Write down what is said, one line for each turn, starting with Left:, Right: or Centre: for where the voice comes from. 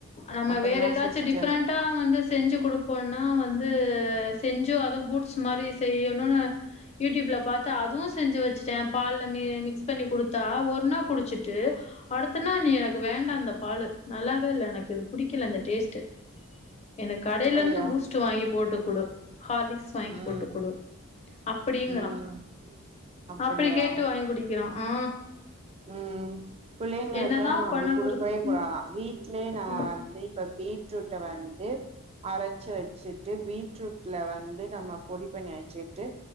Left: நம்ம
Right: அப்படிதா
Left: வேற எதாச்சு
Right: சிஸ்டர்
Left: டிஃப்ரெண்ட் டா வந்து செஞ்சு குடுப்போனா வந்து செஞ்சோ அத பூட்ஸ் மாரி செய்யணுனு யூடியூப்ல பாத்தா அதுவு செஞ்சு வச்சுட்டே பால்ல மி மிக்ஸ் பண்ணி கொடுத்தா ஒரு நா குடுச்சிட்டு அடுத்தனா நீ எனக்கு வேண்டா அந்த பாலு நல்லாவே இல்ல எனக்கு இது புடிக்கல அந்த டேஸ்ட்டு எனக் கடைல
Right: அப்படியா
Left: இர்ந்து பூஸ்ட் வாங்கி போட்டு குடு ஹார்லிக்ஸ் வாங்கி
Right: ம்
Left: போட்டு குடு அப்டிங்குறா
Right: ம் அப்படியா
Left: அப்டி கேட்டு வாங் குடிக்கிறா ஆ
Right: ம் பிள்ளைங்களுக்குலா
Left: என்னதா
Right: நம்ம அப்டி
Left: பண்ண
Right: குடுக்கவே
Left: போறது
Right: கூடாதா
Left: ம்
Right: வீட்லே நாம
Left: ஆ
Right: வந்து இப்ப பீட்ரூட்ட வந்து அரச்சு வச்சுட்டு பீட்ரூட்ல வந்து நம்ம பொடி பண்ணி வச்சுட்டு